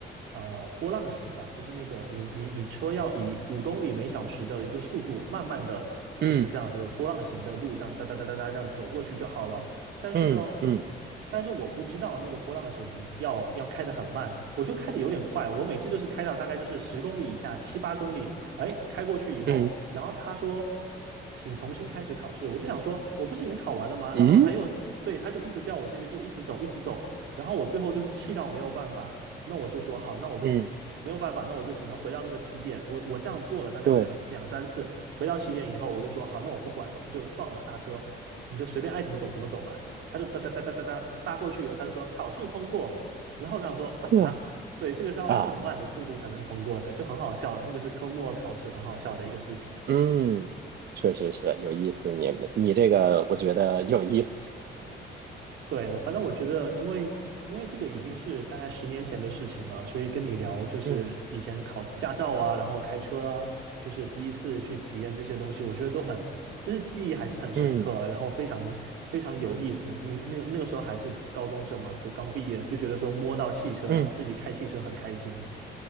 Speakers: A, on the right; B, on the right.
A: 呃波浪形吧，就是那个你你你车要以五公里每小时的一个速度，慢慢的就是这样子波浪形的路，
B: 嗯
A: 这样哒哒哒哒哒这样走过去就好了。但是呢，
B: 嗯嗯
A: 但是我不知道那个波浪形要要开得很慢，我就开得有点快，我每次就是开到大概就是十公里以下，七八公里，哎，开过去以后，
B: 嗯
A: 然后他说请重新开始考试，我就想说我不是已经考完了吗？然后他又对他就一直叫我这边就一直走一直走，
B: 嗯
A: 然后我最后就是气到没有办法，那我就说好，那我就。
B: 嗯，
A: 没有办法，那我就只能回到那个起点。我我这样做了大概有两两三次，
B: 对，
A: 回到起点以后，我就说好，那我不管了，我就放了刹车，你就随便爱怎么走怎么走吧。他就哒哒哒哒哒哒扒过去以后，他就说考试通过。然后我想说啊，
B: 呵
A: 对，这个是要那么慢的速度才能通过的，
B: 啊。
A: 就很好笑。那个是科目二考试，很好笑的一个事情。
B: 嗯，确实是有意思。你们，你这个我觉得有意思。
A: 对，我反正我觉得，因为因为这个已经是大概十年前的事情了，所以跟你聊就是以前考驾照啊，
B: 嗯
A: 然后开车啊，就是第一次去体验这些东西，我觉得都很就是记忆还是很深刻，
B: 嗯
A: 然后非常非常有意思。因为那个那个时候还是高中生嘛，就刚毕业，就觉得说摸到汽车，
B: 嗯，
A: 然后自己开汽车很开心。